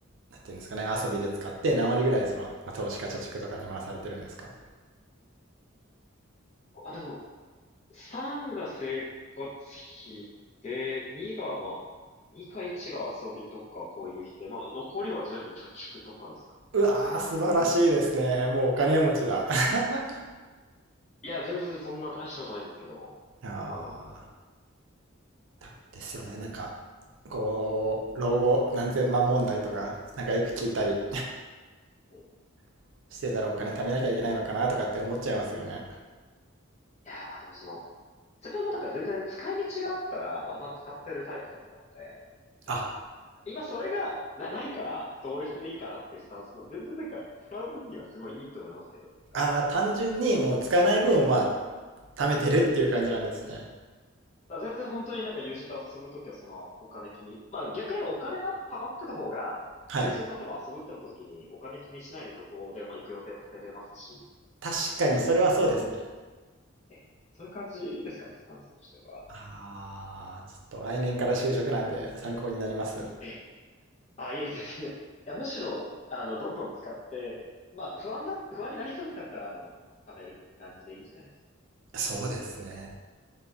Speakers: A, on the right (about 65°); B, on the left (about 35°).
A: なんていうんですかね、遊びで使って、何割ぐらいその、まあ、投資か貯蓄とかに回されてるんですか
B: あ、でも、3が生活費で、2がまあ、2か1が遊びとかこういう日で、まあ残りは全部貯蓄とかですかね。
A: うわー、素晴らしいですね。もうお金持ちだ。<laughs>
B: いや、全然そんな大したことないんですけど、
A: あー
B: まあまあまあまあ、
A: だですよね。
B: なんかでも、
A: なんか、こう、老後何千万問題とか、なんかよく聞いたり
B: うんい
A: <laughs> してたらお金貯めなきゃいけないのかなとかって思っちゃいますよね。
B: や、まあでもその、自分もなんか全然使い道があったらバンバン使ってるタイプだったので、なんか、
A: あ、
B: 今それがな、ないから、それでいいかなっていうスタンスの、全然なんか使う分にはすごいいいと思いますけどね、なんか。
A: あー単純にもう使わない分をまあ、貯めてるっていう感じなんですね。
B: あ全然本当になんか友人と遊ぶときはそのお金気に。まあでも逆に言えばお金が溜まってた方が、
A: はい。
B: 友人と例えば遊ぶってなったときにお金気にしないでどこでも行く予定立てれますし、
A: 確かにそれはそうですね。
B: なんか、そういう、ええ、そういう感じですかね、スタンスとしては。
A: ああ、ちょっと来年から就職なんで参考になります。
B: ええ。あ、いえ、全然。いや、むしろ、あの、どんどん使って、まあ不安だ、不安になりそうだったら、あの、貯める感じでいいんじゃないですかね。
A: そうですね。
B: こう